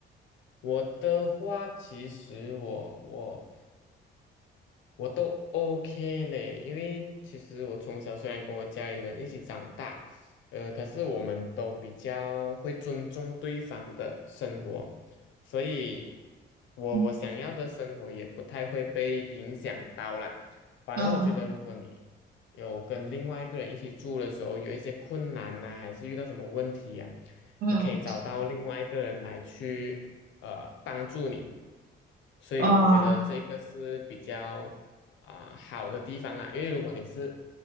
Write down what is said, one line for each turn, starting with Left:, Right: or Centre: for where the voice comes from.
Left: 我的话，其实我我我都 OK 嘞，因为其实我从小虽然跟我家里人一起长大，呃，可是我们都比较会尊重对方的生活，所以我我想要的生活也不太会被影响到啦。
Right: 嗯
Left: 反正我觉得，
Right: 嗯
Left: 如果你有跟另外一个人一起住的时候，有一些困难呐、还是遇到什么问题呀、
Right: 嗯
Left: 你可以找到另外一个人来去呃帮助你。所以我觉得这个是比较啊、
Right: 哦
Left: 好的地方啊，因为如果你是